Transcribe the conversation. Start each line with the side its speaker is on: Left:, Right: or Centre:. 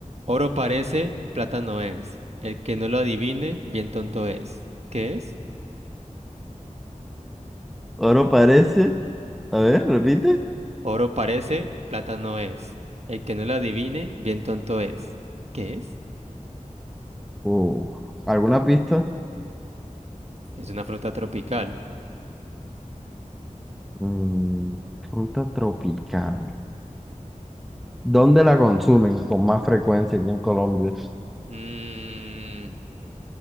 Right: Oro parece, plata no es. El que no lo adivine, bien tonto es. ¿Qué es?
Centre: Oro parece. A ver, repite.
Right: Oro parece, plata no es. El que no lo adivine, bien tonto es. ¿Qué es?
Centre: Uh, ¿alguna pista?
Right: Es una fruta tropical.
Centre: Mm, fruta tropical. ¿Dónde la consumen con más frecuencia aquí en Colombia?
Right: Mm,